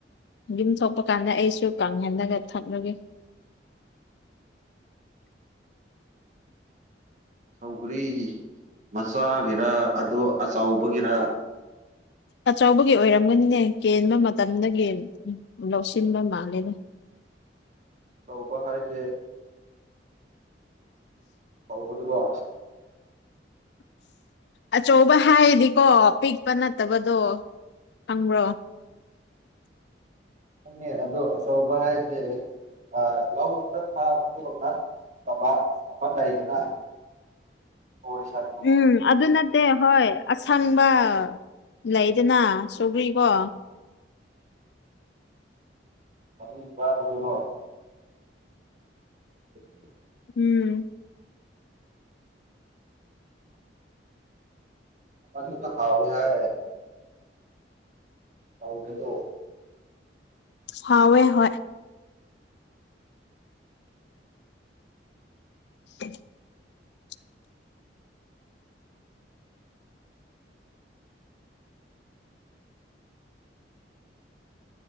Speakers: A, on the left; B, on the right.
A: ꯌꯨꯝ ꯊꯣꯛꯄ ꯀꯥꯟꯗ ꯑꯩꯁꯨ ꯀꯪꯍꯜꯂꯒ ꯊꯛꯂꯒꯦ꯫
B: ꯁꯧꯒ꯭ꯔꯤ ꯃꯆꯥꯒꯤꯔ, ꯑꯗꯣ ꯑꯆꯧꯕꯒꯤꯔ?
A: ꯑꯆꯧꯕꯒꯤ ꯑꯣꯏꯔꯝꯒꯅꯤꯅꯦ ꯀꯦꯟꯕ ꯃꯇꯝꯗꯒꯤ ꯂꯧꯁꯤꯟꯕ ꯃꯥꯜꯂꯦꯕ꯫
B: ꯐꯧꯕ ꯍꯥꯏꯖꯦ ꯐꯧꯕꯗꯨꯔꯣ?
A: ꯑꯆꯧꯕ ꯍꯥꯏꯗꯤꯀꯣ ꯄꯤꯛꯄ ꯅꯠꯇꯕꯗꯣ ꯈꯪꯕ꯭ꯔꯣ?
B: ꯪꯈꯪꯉꯦ ꯑꯗꯣ ꯑꯆꯧꯕ ꯍꯥꯏꯁꯦ, ꯑ ꯂꯧꯗ ꯊꯥꯕꯗꯣ ꯅꯠꯇꯕ ꯑꯃꯥ ꯂꯩꯗꯅ꯫ ꯋꯥꯔꯤ ꯁꯥꯅꯤ꯫
A: ꯎꯝ ꯑꯗꯨ ꯅꯠꯇꯦ ꯍꯣꯏ꯫ ꯑꯁꯪꯕ ꯂꯩꯗꯅ ꯁꯧꯒ꯭ꯔꯤ ꯀꯣ꯫
B: ꯃꯅꯨꯡ <unintelligible> ꯀꯣ <inaudible>
A: ꯎꯝ
B: ꯑꯗꯨꯅ ꯍꯥꯎꯋꯤ ꯍꯥꯏꯌꯦ꯫ ꯇꯧꯗ꯭ꯔꯦꯗꯣ꯫
A: ꯍꯥꯎꯋꯦ ꯍꯣꯏ꯫ <inaudible>